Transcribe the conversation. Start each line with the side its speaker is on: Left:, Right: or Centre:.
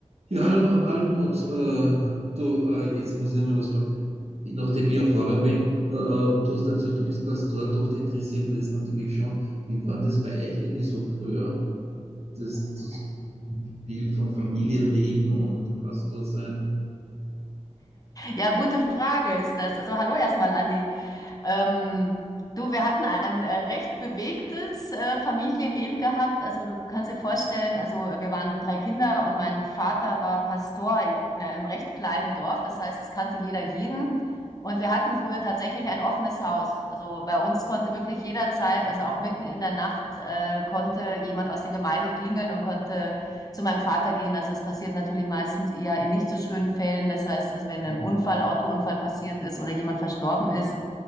Right: Ja, hallo Almut, äh, du, äh, jetzt muss ich dir mal was fragen. Nachdem ich ja Pfarrer bin äh, äh, und du hast erzählt, du bist Pastorentochter, interessiert mich das natürlich schon. Wie war denn das bei euch eigentlich so früher? Das Zusammenspiel von Familienleben und Pastor sein?
Left: Ja, gute Frage ist das. Also hallo erstmal, Andi. Ähm, du, wir hatten ein äh, recht bewegtes äh, Familienleben gehabt. Also du kannst dir vorstellen, also äh, wir waren drei Kinder und mein Vater war Pastor in einem recht kleinen Dorf. Das heißt, es kannte jeder jeden. Und wir hatten früher tatsächlich ein offenes Haus. Also bei uns konnte wirklich jederzeit, also auch mitten in der Nacht, äh, konnte jemand aus der Gemeinde klingeln und konnte zu meinem Vater gehen. Also es passiert natürlich meistens eher in nicht so schönen Fällen. Das heißt, dass wenn
Right: Hm.
Left: ein Unfall, Autounfall passiert ist oder jemand verstorben ist.